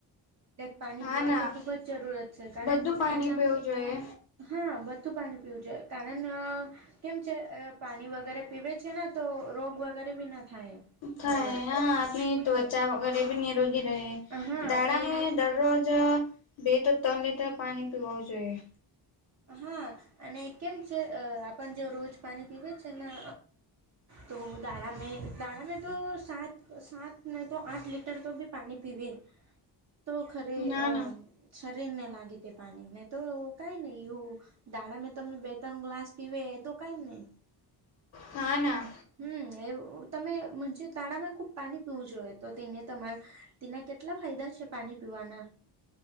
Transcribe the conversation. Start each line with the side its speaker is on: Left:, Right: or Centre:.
Right: પાની
Left: હા
Right: પીવાની
Left: ના
Right: તો ખૂબ જ જરૂરત છે, કારણ
Left: બધું
Right: કે
Left: પાણી
Right: એટલા
Left: પીવું
Right: માં
Left: જોઈએ
Right: હા બ તું પાની પીવું જોઈએ. કારન કેમ છે, અ પાની વગર એ પીવે છે ને તો રોગ વગર કયારે બી ન થાય.
Left: થાય
Right: એટલે
Left: હા આપની
Right: હા
Left: ત્વચા વગર એ બી નિરોગી રહે
Right: હા
Left: દાડામે
Right: એ
Left: દરરોજ બે તો ત્રણ લીટર પાની પીવો જોઈએ.
Right: હા અને કેમ છે આપણ જો રોજ પાની પીવે છે ન અ તો દાળા મે દાળા મેં તો સાત સાત નહીં તો આઠ લીટર તો ભી પાની પીવે. તો ખરે
Left: ના
Right: અ
Left: ના
Right: શરીરને લાગે તે પાની નહીં તો કાંઈ નહી. યુ દાડામે તમે બે ત્રણ ગ્લાસ પીવે એ તો કાંઈ નહી.
Left: હા ના
Right: હમ્મ એ તમે મજે દાડામે ખૂબ પાની પીવું જોઈએ. તો તેને તમાર તેના કેટલા ફાયદા છે પાની પીવાના?